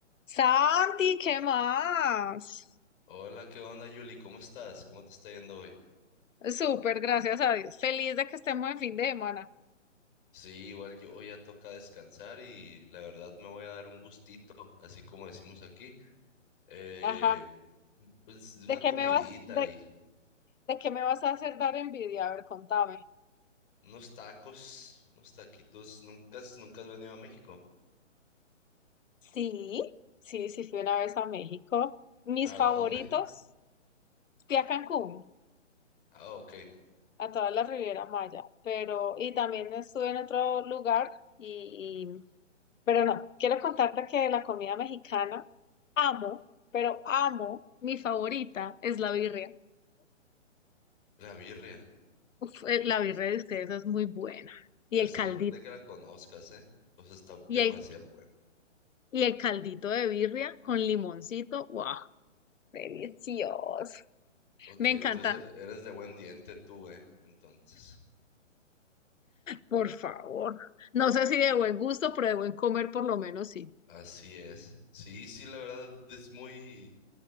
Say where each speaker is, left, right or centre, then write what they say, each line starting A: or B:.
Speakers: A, on the left (about 85°); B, on the left (about 45°).
A: Santi, ¿qué más?
B: Hola, ¿qué onda, Yuli? ¿Cómo estás? ¿Cómo te está yendo hoy?
A: Súper, gracias a Dios. Feliz de que estemos en fin de semana.
B: Sí, igual yo ya toca descansar y la verdad me voy a dar un gustito, así como decimos aquí. Eh,
A: Ajá.
B: pues de una
A: ¿De qué
B: comidita
A: me vas, de,
B: y
A: de qué me vas a hacer dar envidia? A ver, contame.
B: unos tacos, unos taquitos. ¿Nunca has, nunca has venido a México?
A: Sí, sí, sí, fui una vez a México. Mis
B: ¿A
A: favoritos,
B: dónde?
A: fui a Cancún,
B: Ah, ok.
A: a toda la Riviera Maya, pero, y también estuve en otro lugar, y, y- pero no, quiero contarte que la comida mexicana amo, pero amo, mi favorita es la birria.
B: La birria.
A: Uf, eh, la birria de ustedes es muy buena. Y
B: Me
A: el
B: sorprende
A: caldito,
B: que la conozcas, ¿eh? O sea, está demasiado
A: y el,
B: buena.
A: y el caldito de birria con limoncito, wow, delicioso.
B: Ok,
A: Me
B: entonces
A: encanta,
B: er- eres de buen diente tú, ¿eh? Entonces.
A: por favor. No sé si de buen gusto, pero de buen comer por lo menos sí.
B: Así es. Sí, sí, la verdad es muy...